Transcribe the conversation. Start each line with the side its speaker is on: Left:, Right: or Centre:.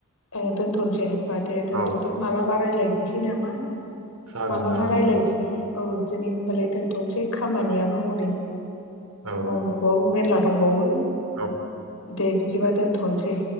Left: ए दोनथ'नोसै होमबा दे दोनथ'दो
Right: औ
Left: मालाबा रायलाय नोसै नामा?
Right: जागोन
Left: मालाबा
Right: जागोन
Left: रायलायदिनि,
Right: औ
Left: औ दिनै होमबालाय दोन्थनसै खामानिया औ नै।
Right: औ
Left: मावनांगौआबो मेरला दंबावो।
Right: औ
Left: दे बिदिबा दोनथ'नसै।